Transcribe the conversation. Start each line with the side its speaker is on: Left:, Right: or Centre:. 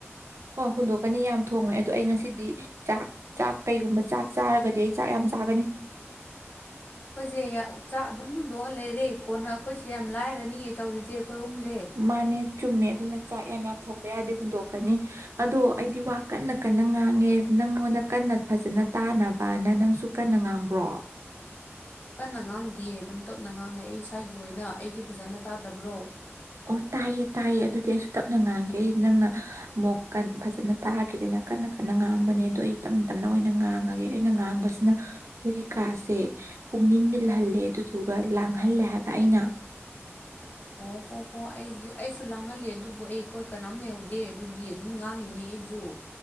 Right: ꯑꯣ ꯍꯨꯟꯗꯣꯛꯀꯅꯤ ꯌꯥꯝ ꯊꯣꯡꯉꯦ ꯑꯗꯣ ꯑꯩ ꯉꯁꯤꯗꯤ ꯆꯥꯛ ꯆꯥꯛ ꯀꯩꯒꯨꯝꯕ ꯆꯥꯛ ꯆꯥꯔꯒꯗꯤ ꯑꯩ ꯆꯥꯛ ꯌꯥꯝ ꯆꯥ ꯍꯥꯏꯒꯅꯤ
Left: <inaudible> <unintelligible> ꯑꯩꯈꯣꯏꯁꯦ ꯆꯥꯛ ꯑꯗꯨꯝ ꯍꯨꯟꯗꯣꯛꯑ ꯂꯩꯔꯦ ꯀꯣꯟꯅ ꯑꯩꯈꯣꯏꯁꯦ ꯌꯥꯝ ꯂꯥꯏꯔꯅꯤ ꯇꯧꯔꯤꯁꯦ ꯑꯍꯨꯝꯁꯦ
Right: ꯃꯅꯦ ꯆꯨꯝꯃꯦ ꯑꯗꯨꯅ ꯆꯥꯛ ꯌꯥꯝ ꯌꯥꯝ ꯊꯣꯡꯕ ꯌꯥꯗꯦ ꯍꯨꯟꯗꯣꯛꯀꯅꯤ ꯑꯗꯣ ꯑꯩꯗꯤ ꯋꯥ ꯀꯟꯅ ꯀꯟꯅ ꯉꯥꯡꯉꯦ ꯅꯪꯉꯣꯟꯗ ꯀꯟꯅ ꯐꯖꯅ ꯇꯥꯅꯕꯅ ꯅꯪꯁꯨ ꯀꯟꯅ ꯉꯥꯡꯈ꯭ꯔꯣ
Left: <inaudible> <unintelligible> ꯀꯟꯅ ꯉꯥꯡꯗꯌꯦ ꯑꯗꯨꯝ ꯇꯞꯅ ꯉꯥꯡꯉꯦ ꯑꯩ ꯏꯁꯥꯒꯤ ꯑꯣꯏꯅ ꯑꯩꯒꯤ ꯐꯖꯅ ꯇꯥꯗꯕ꯭ꯔꯣ
Right: ꯑꯣ ꯇꯥꯏꯌꯦ ꯇꯥꯏꯌꯦ ꯑꯗꯨꯗꯤ ꯑꯩꯁꯨ ꯇꯞꯅ ꯉꯥꯡꯒꯦ ꯑꯩ ꯅꯪꯅ ꯑꯃꯨꯛ ꯐꯖꯅ ꯇꯥꯗ꯭ꯔꯗꯤ ꯅ ꯀꯟꯅ ꯀꯟꯅ ꯉꯥꯡꯕꯅꯦ ꯑꯗꯣ ꯑꯩ ꯇꯞꯅ ꯇꯞꯅ ꯑꯣꯏꯅ ꯉꯥꯡꯉꯒꯦ ꯑꯩꯅ ꯉꯥꯡꯕꯁꯤꯅ ꯑꯩꯈꯣꯏꯒꯤ ꯀꯥꯁꯦ ꯄꯨꯡꯅꯤꯟ ꯃꯜꯍꯜꯂꯦ ꯑꯗꯨꯗꯨꯒ ꯂꯥꯡꯍꯜꯂꯦ ꯍꯥꯏꯕ ꯑꯩꯅ
Left: <inaudible> <unintelligible> ꯑꯣ ꯍꯣ ꯍꯣ ꯑꯩꯗꯤ ꯑꯩꯁꯨ ꯂꯥꯡꯍꯜꯂꯤꯦ ꯑꯗꯨꯕꯨ ꯑꯩꯈꯣꯏ ꯀꯅꯥꯝ ꯂꯩꯍꯧꯗꯦ ꯑꯗꯨꯒꯤ ꯑꯗꯨꯝ ꯉꯥꯡꯉꯤꯅꯤ ꯑꯩ ꯨ